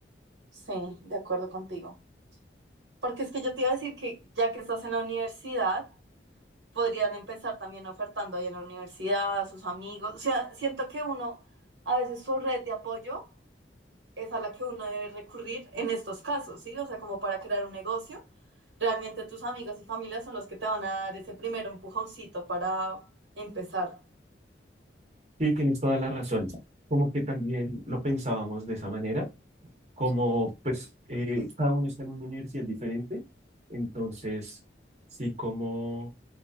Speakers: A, on the right (about 80°); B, on the right (about 35°).
A: Sí, de acuerdo contigo. Porque es que yo te iba a decir que ya que estás en la universidad, podrían empezar también ofertando ahí en la universidad, a sus amigos. O sea, siento que uno, a veces su red de apoyo es a la que uno debe recurrir en estos casos, ¿sí? O sea, como para crear un negocio. Realmente tus amigos y familia son los que te van a dar ese primer empujoncito para empezar.
B: Sí, tienes toda la razón. Como que también lo pensábamos de esa manera como pues eh, cada uno está en una universidad diferente, entonces sí como